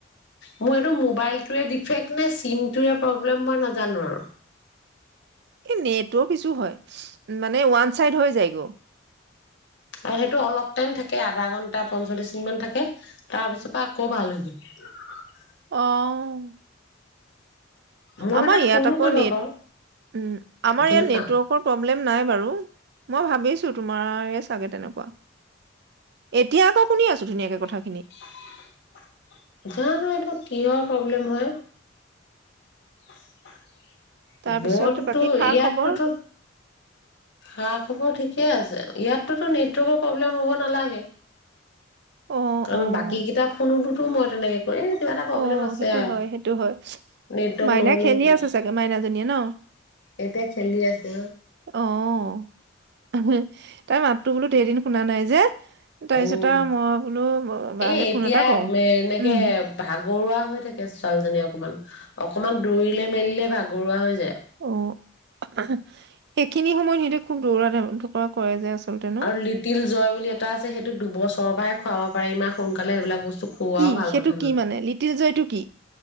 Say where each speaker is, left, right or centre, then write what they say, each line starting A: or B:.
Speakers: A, on the left (about 60°); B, on the right (about 55°).
A: মোৰ এইটো মোবাইলটোৱে ডিফেক্ট নে চিম টোৱে প্ৰব্লেম, মই নাজানো আৰু।
B: এই নেটৱৰ্ক ইছু হয়, মানে ওৱান চাইড হৈ যায়গৈ।
A: আৰু সেইটো অলপ টাইম থাকে, আধা ঘন্টা পঞ্চল্লিশ মিনিটমান থাকে। তাৰ পিছৰ পা আকৌ ভাল হৈ যায়। <unintelligible>
B: অহ।
A: মই
B: আমাৰ
A: মানে
B: ইয়াত
A: ফোনো
B: আকৌ
A: কৰিব
B: নেট,
A: পাৰো
B: উম, আমাৰ
A: কিন্তু
B: ইয়াত নেটৱৰ্কৰ
A: কা
B: প্ৰব প্ৰব্লেম নাই বাৰু, মই ভাবিছোঁ তোমাৰেই চাগে তেনেকুৱা। এতিয়া আকৌ শুনি আছোঁ ধুনীয়াকে কথা।
A: জানো, এইটো কিহৰ? প্ৰব্লেম হয়। <unintelligible>
B: তাৰপিছত
A: মোৰতো
B: বাকী খা
A: ইয়াততোতো
B: খবৰ
A: খা-খবৰ ঠিকে আছে। ইয়াততো নেটৱৰ্কৰ প্ৰব্লেম হ'ব নালাগে,
B: অ',
A: কাৰণ
B: অ',
A: বাকী কেইটা ফোনোতো মই তেনেকে কৰি এই কিবা এটা প্ৰব্লেম
B: অহ,
A: আছে
B: সেইটো
A: আৰু
B: হয়, সেইটো হয়।
A: নেটৱৰ্ক
B: মাইনা
A: নহ'লেও
B: খেলি
A: কিবা
B: আছে
A: এটা।
B: চাগে, মাইনাজীয়ে ন?
A: এতিয়া খেলি আছে
B: অহ। তাইৰ মাতটো বোলোঁ দেই দিন শুনা নাই যে। তাৰপিছত
A: উম,
B: আৰু মই বোলো বালে
A: এ এতিয়া
B: ফোন এটা কৰোঁ।
A: মে এনেকে
B: উম,
A: ভাগৰুৱা হৈ থাকে ছোৱালজনী অকনমান, অকনমান দৌৰিলে-মেলিলে ভাগৰুৱা হৈ যায়।
B: অহ, <unintelligible> এইখিনি সময়ত সিহঁতে খুব দৌৰা-ধপৰা কৰে যে আচলতে ন?
A: আৰু লিটিল জয় বুলি এটা আছে, সেইটো দুবছ চৰ পৰাই খুৱাব পাৰি ইমান সোনকালে এইবিলাক বস্তু। খুওৱাও
B: কি
A: ভাল
B: সেইটো
A: কথা
B: কি মানে, লিটিল জয়টো কি?